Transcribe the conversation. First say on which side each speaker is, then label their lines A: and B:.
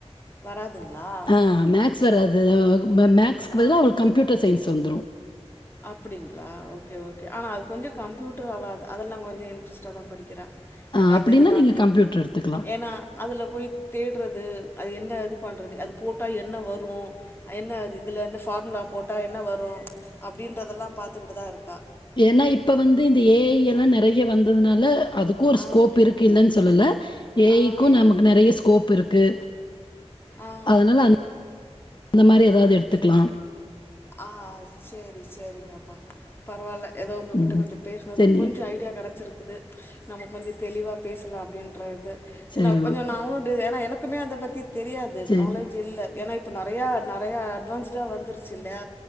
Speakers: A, on the left (about 20°); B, on the left (about 45°).
A: வராதுங்களா
B: ஆ மேக்ஸ் வராது மே மேக்ஸ்க்கு
A: ஆ
B: பதிலா அவளுக் கம்ப்யூட்டர் சயின்ஸ் வந்துரு
A: அப்டிங்ளா ஓகே ஓகே ஆனா அது கொஞ்சொ கம்ப்யூட்டர் அவ அது அதெல்லா கொஞ்சொ இன்ட்ரெஸ்ட்டாதா படிக்கிறா எனக்கந்த
B: ஆ அப்டின்னா
A: இதுலா
B: நீங்க கம்ப்யூட்டர் எடுத்துக்கலாம்.
A: ஏனா அதுல போய் தேடுறது அது என்ன இது பண்றது அது போட்டா என்ன வரு என்ன இது இதுல என்ன ஃபார்முலா போட்டா என்ன வரு அப்டின்றதெல்லா பாத்துக்ட்டுதா இருக்கா
B: ஏனா இப்ப வந்து இந்த ஏ ஐ எல்லா நெறைய வந்ததுனால அதுக்கு ஒரு
A: ஆ
B: ஸ்கோப் இருக்கு இல்லன் சொல்லல ஏ
A: ஆ
B: ஐ க்கு நமக் நெறைய ஸ்கோப் இருக்கு
A: ஆ
B: அதனால அந் ந்த மாரி எதாவ்து எடுத்துக்கலா
A: ஆ செரி செரிங்கப்பா பரவால்ல எதோ உங்ககிட்ட
B: ம்.
A: கொஞ்சொ பேசுனதுல
B: சரி
A: கொஞ்சொ ஐடியா கெடச்சிருக்குது நம்ம கொஞ்சொ தெளிவா பேசலா அப்டின்ற இது
B: சரி
A: ஏனா கொஞ்சொ
B: ஓகே.
A: நாவுண்டு ஏனா எனக்குமே அத பத்தி தெரியாது
B: சரி.
A: நாலேஜ் இல்ல ஏனா இப்ப நெறையா நெறையா அட்வான்ஸுடா வந்துருச்சு இல்லா